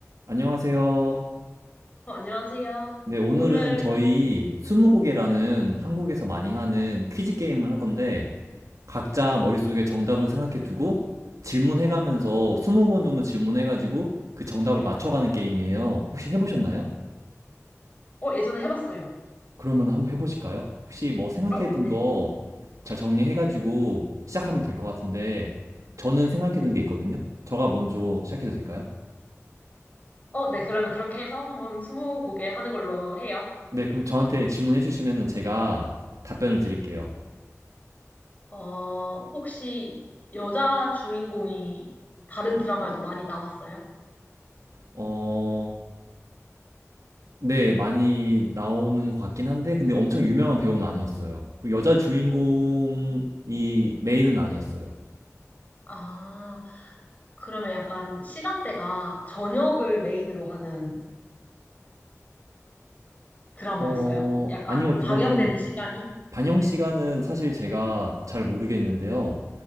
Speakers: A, on the right; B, on the left.
A: 안녕하세요.
B: 어, 안녕하세요.
A: 네, 오늘은
B: 오늘,
A: 저희 스무고개라는 한국에서 많이 하는 퀴즈 게임을 할 건데, 각자 머릿속에 정답을 생각해 두고 질문해가면서 20번 정도 질문해가지고 그 정답을 맞춰가는 게임이에요. 혹시 해보셨나요?
B: 어, 예전에 해봤어요.
A: 그러면 한번 해보실까요? 혹시 뭐 생각해
B: 어,
A: 둔
B: 네.
A: 거 잘 정리해가지고 시작하면 될 것 같은데, 저는 생각해 둔 게 있거든요. 저가 먼저 시작해도 될까요?
B: 어, 네. 그러면 그렇게 해서 한번 스무 곡에 하는 걸로 해요.
A: 네, 그럼 저한테 질문해 주시면 제가 답변을 드릴게요.
B: 어, 혹시 여자 주인공이 다른 드라마에도 많이 나왔어요?
A: 어, 네, 많이 나오는 것 같긴 한데, 근데 엄청 유명한 배우는 아니었어요. 그리고 여자 주인공이 메인은 아니었어요.
B: 아, 그러면 약간 시간대가 저녁을 메인으로 하는 드라마였어요?
A: 어,
B: 약간
A: 아니요, 그거는
B: 방영되는 시간이?
A: 반영 시간은 사실 제가 잘 모르겠는데요.